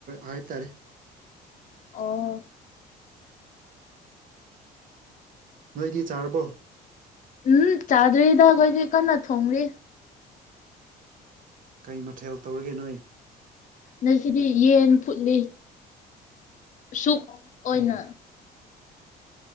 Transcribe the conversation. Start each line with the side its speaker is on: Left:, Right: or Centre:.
Right: ꯍꯥꯏꯇꯥꯔꯦ
Left: ꯑꯣ
Right: ꯅꯣꯏꯗꯤ ꯆꯥꯔꯕꯣ
Left: ꯎꯝ ꯆꯥꯗꯔꯤꯗꯣꯏ꯭ꯔꯤ ꯀꯅꯥ ꯊꯣꯡ꯭ꯔꯤ
Right: ꯀꯩ ꯃꯊꯦꯜ ꯇꯧꯔꯒꯦ ꯅꯣꯏ
Left: ꯅ ꯁꯤꯗꯤ ꯌꯦꯟ ꯐꯨꯠꯂꯤ ꯁꯨꯛ ꯑꯣꯏꯅ
Right: ꯑꯣ